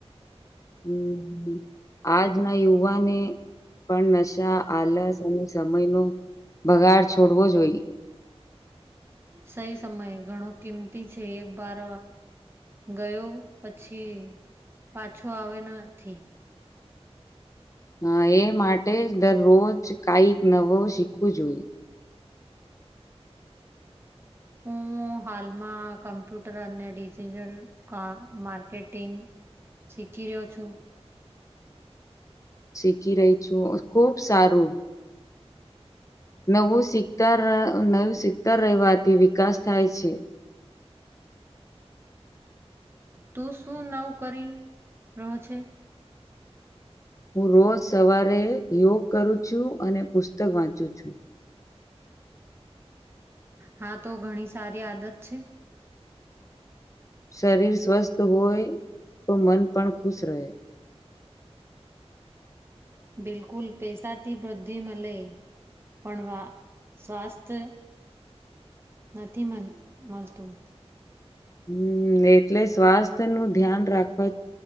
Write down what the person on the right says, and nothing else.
સહી સમય ઘણો કિંમતી છે એક બાર ગયો પછી પાછો આવે નથી.
હું હાલમાં કમ્પ્યુટર અને ડિજીટલ કા માર્કેટિંગ શીખી રહ્યો છું.
તું શું નવ કરી રહો છે?
હા તો ઘણી સારી આદત છે.
બિલકુલ પૈસાથી વૃદ્ધિ મ મળે. પણ વા સ્વાસ્થ નથી મળ મળતું.